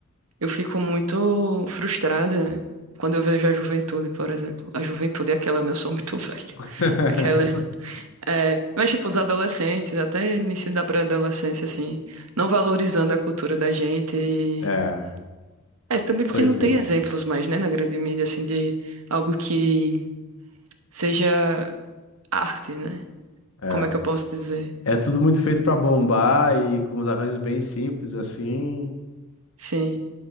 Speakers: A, on the right; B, on the left.
A: Eu fico muito frustrada quando eu vejo a juventude, por exemplo. A juventude é aquela, né? Eu sou muito <laughs> velha.
B: <laughs>
A: Aquela. É, mas, tipo, os adolescentes, até início da pré-adolescência, assim, não valorizando a cultura da gente. e-
B: É,
A: É, também porque
B: pois
A: não tem
B: é,
A: exemplos mais, né, na grande mídia, assim, de algo que seja arte, né?
B: é.
A: Como é que eu posso dizer?
B: É tudo muito feito pra bombar e com os arranjos bem simples, assim.
A: Sim.